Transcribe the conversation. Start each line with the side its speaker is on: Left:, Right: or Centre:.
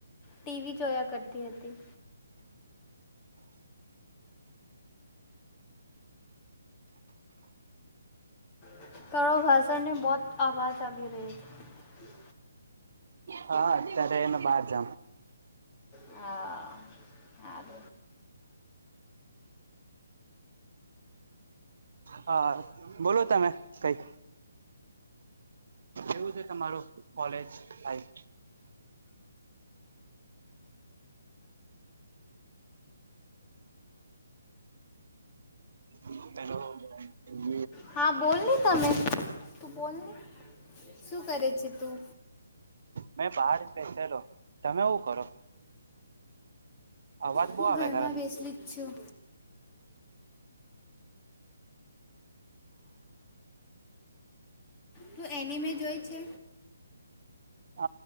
Left: ટીવી જોયા કરતી હતી. <unintelligible>
Right: હા અત્યારે એને બાર <inaudible>
Left: હા હ
Right: હા બોલો તમે. કઈ એવું છે તમારું કોલેજ લાઈફ. ત
Left: હા બોલ ને તમે તું બોલ ને શું કરે છે તું.
Right: મેં બહાર જ બેસેલો તમે એ કરો. અવાજ
Left: હું
Right: બહુ આવે
Left: ઘરમાં
Right: કરે
Left: બેસલી જ છું. તું એની મેં જોઈ છે.
Right: હ